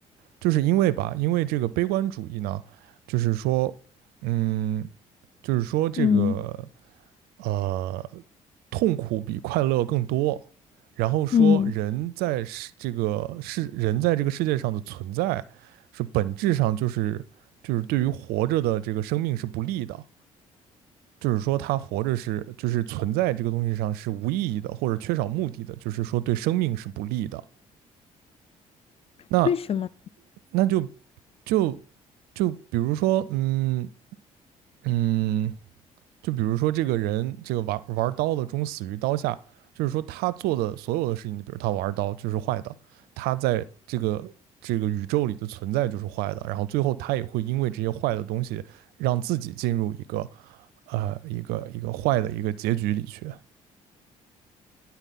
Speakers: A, on the right; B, on the left.
A: 就是因为吧，因为这个悲观主义呢，就是说，嗯，就是说这个，
B: 嗯
A: 呃，痛苦比快乐更多，然后说人在世这个世人在这个世界上的存在，
B: 嗯，
A: 是本质上就是就是对于活着的这个生命是不利的。就是说他活着是就是存在这个东西上是无意义的，或者缺少目的的，就是说对生命是不利的。那
B: 为什么？
A: 那就就就比如说，嗯嗯，就比如说这个人这个玩玩刀的终死于刀下，就是说他做的所有的事情，比如他玩刀就是坏的，他在这个这个宇宙里的存在就是坏的，然后最后他也会因为这些坏的东西让自己进入一个呃一个一个坏的一个结局里去，